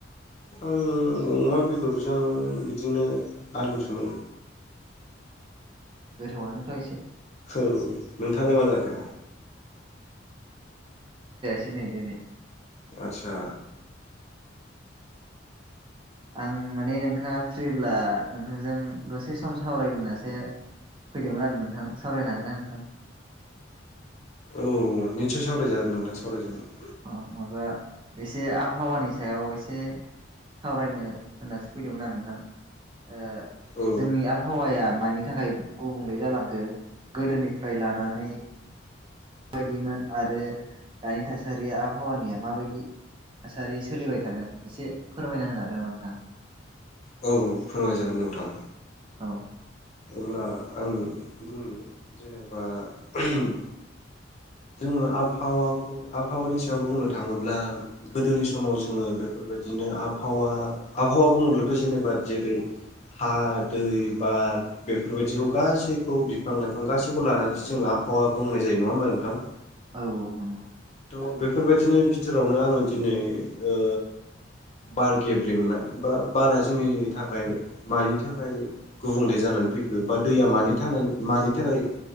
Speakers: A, on the left; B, on the right.
A: आं अमा बेदरजों बिदिनो आलुसोमोन।
B: गोथावानो थ एसे।
A: औ नोंथाङालाय मा जाखो?
B: दिनोय दिनोय
A: आतसा
B: आं माने नोंथाङा फ्रिब्ला नोंथांजों दसे सम सावरायनासो। फैदोंमोन आरो नोंथां सावरायनो हागोन ना नोंथां?
A: औ निथसय सावरायजागोन नोंथां सावरायजागोन।
B: अ माबा एसे आबहावानि सायाव एसे। सावरायनो होननासो फैदोंमोन आं नोंथां ओ-जोंनि
A: औ
B: आबहावाया। मानि थाखाय गुबुंले जालांखो गोदोनिफ्राय लानानै माबायदिमोन आरो दानि थासारिया आबहावानिया माबायदि। थासारि सोलिबाय थादों एसे फोरमायना होनो हागोन नामा नोंथा।
A: औ फोरमाय जागोन नोंथां।
B: औ
A: अब्ला आं बुंनि जेनेबा ओहम। जोङो आबहावाखौ आबहावानि सायाव बुंनो थाङोब्ला गोदोनि समाव जोङो बेफोर बादिनो आबहावा आबहावा बुङोब्लाथ जेनेबा जेरै हा दै बार बेफोर बायदिखौ गासैखौ बिफां लाइफां गासैखौ लानानैसो जोङो आब हावा बुंनाय जायो नङा होमबा नोंथां।
B: औ औ नंगौ।
A: थ बेफोर बादिनो बिथोरावनो आङो दिनै ओ। बार गेब्रेंनाय बा बारा जोंनि थाखाय मानि थाखाय गुबुंले जाना फैखो बा दैया मानि थानानै मानि थाखाय।